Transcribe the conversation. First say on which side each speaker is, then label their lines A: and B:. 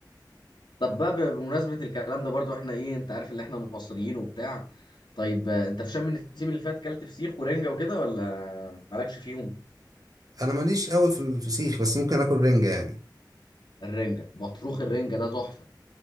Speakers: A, on the left; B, on the right.
A: طب بقى بمناسبة الكلام ده برضو احنا ايه انت عارف اللي احنا مصريين وبتاع طيب آه، انت في شم النسيم اللي فات كلت فسيخ ورنجة وكده ولا مالكش فيهم
B: انا ماليش قوي في الفسيخ بس ممكن اكل رنجه يعني
A: الرنجة بطروخ الرنجة ده تحفة